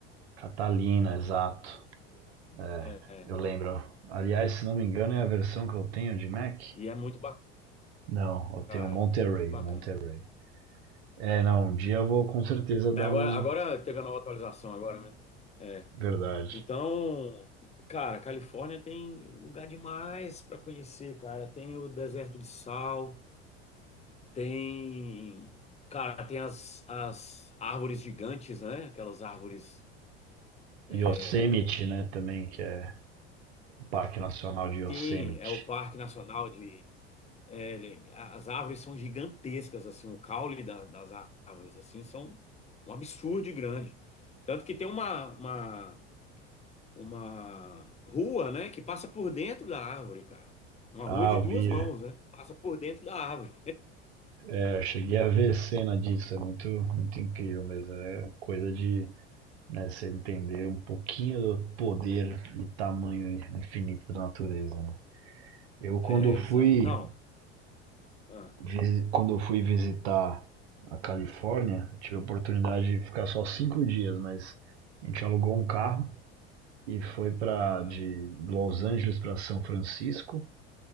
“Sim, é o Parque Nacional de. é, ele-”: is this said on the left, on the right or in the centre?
Left